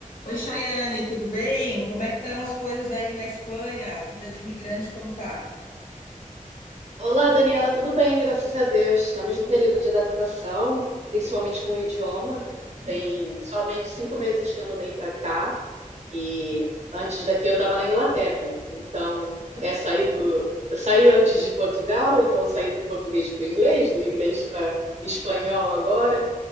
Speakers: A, on the left; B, on the right.
A: Oi, Chayane, tudo bem? Como é que estão as coisas aí na Espanha? A vida de imigrante, como tá?
B: Olá, Daniela, tudo bem? Graças a Deus. Estamos no período de adaptação, principalmente com o idioma.
A: Uhum.
B: Tem somente cinco meses que eu mudei para cá e antes daqui eu estava na Inglaterra. Então,
A: Ah,
B: é sair do... saí antes de Portugal, então saí do português para o inglês, do inglês para espanhol agora.